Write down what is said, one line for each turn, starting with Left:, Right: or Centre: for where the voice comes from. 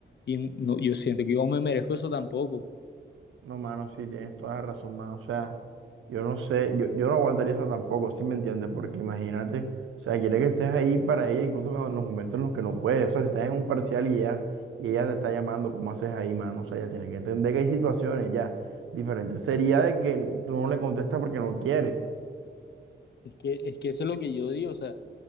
Left: Y no, yo siento que yo me merezco eso tampoco.
Right: No, mano, sí, tienes toda la razón, mano. O sea... Yo no sé, yo, yo no aguantaría eso tampoco, si me entiendes? Porque imagínate, o sea, quiere que estés ahí para ella incluso cuando- en los momentos en los que no puedes. O sea, si estás en un parcial y ella, y ella te está llamando, ¿cómo haces ahí, mano? O sea, ella tiene que entender que hay situaciones ya diferentes. Sería de que tú no le contestas porque no quieres.
Left: Es que, es que eso es lo que yo digo, o sea,